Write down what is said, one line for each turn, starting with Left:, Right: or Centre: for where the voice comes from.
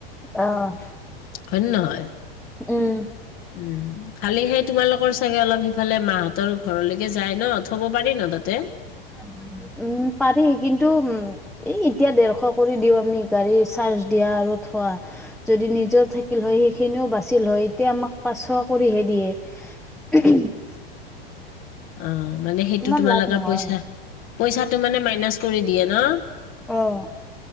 Centre: অ'।
Left: হয় নে নহয়
Centre: উম
Left: উম খালি সেই তোমালোকৰ চাগে অলপ সিফালে মাহঁতৰ ঘৰলৈকে যায় ন থব পাৰি ন তাতে
Centre: উম পাৰি কিন্তু উম এই এতিয়া দেৰশ কৰি দিও আমি গাড়ী চাৰ্জ দিয়া আৰু থোৱা যদি নিজৰ থাকিল হয় সেইখিনিও বাচিল হয় এতিয়া আমাক পাঁচশ কৰিহে দিয়ে <inaudible>
Left: অ' মানে সেইটো
Centre: ইমান
Left: তোমালোকে
Centre: লাভ নহয়
Left: পইচা পইচাটো মানে মাইনাছ কৰি দিয়া ন
Centre: অ'